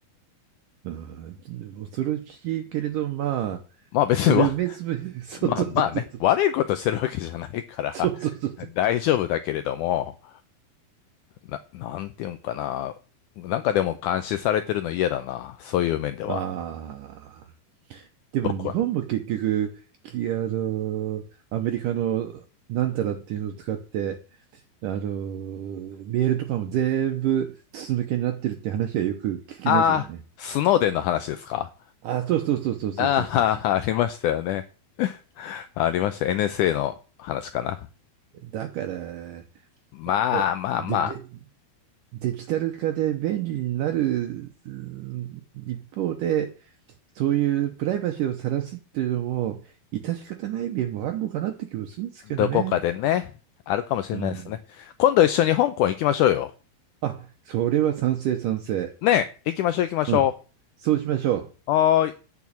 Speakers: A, on the right; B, on the left.
A: あ、うん、恐ろしいけれど、まあ、
B: まあ別にわ、
A: それを目つぶ、
B: <laughs>
A: <laughs> そうそうそうそう、
B: まあまあね、悪いことしてるわけじゃないから
A: そうそうそう
B: <laughs> 大丈夫だけれども、な、なんていうんかな。なんかでも監視されてるの嫌だな。そういう面では。
A: ああ。でも日本も結局、
B: 僕は。
A: きあの、アメリカのなんたらっていうのを使って、あの、メールとかも全部筒抜けになってるって話はよく聞きますよね。
B: ああ、スノーデンの話ですか
A: あ、そうそうそうそうそうそうそうそう。
B: ああー、<laughs> ありましたよね。ありました。NSA の話かな。
A: だから、
B: まあまあまあ、
A: えで、で、デジタル化で便利になるうん一方で、そういうプライバシーを晒すっていうのも、致し方ない面もあるのかなって気もするんですけどね。
B: どこかでね、あるかもしれないですね。
A: うん。
B: 今度一緒に香港行きましょうよ。
A: あ、それは賛成、賛成。
B: ねえ、行きましょう行きましょ
A: うん。そうしましょう。
B: う。はーい。